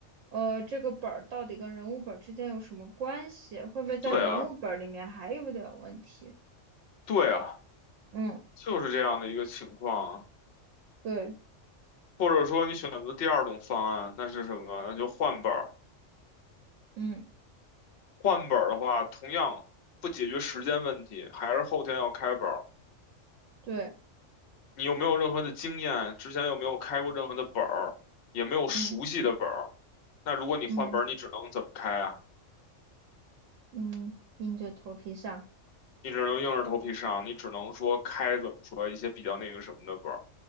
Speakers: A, on the right (about 75°); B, on the left (about 60°).
A: 呃，这个本儿到底跟人物本儿之间有什么关系，会不会在人物本儿里面还有点问题？
B: 对啊，对啊，
A: 嗯，
B: 就是这样的一个情况啊。
A: 对，
B: 或者说你选择第二种方案，那是什么？那就换本儿。
A: 嗯
B: 换本儿的话，同样不解决时间问题，还是后天要开本儿。
A: 对，
B: 你又没有任何的经验，之前又没有开过任何的本儿，也没有熟悉的本儿。
A: 嗯
B: 那如果你换本儿，
A: 嗯。
B: 你只能怎么开啊？
A: 嗯，硬着头皮上，
B: 你只能硬着头皮上，你只能说开怎么说一些比较那个什么的本儿。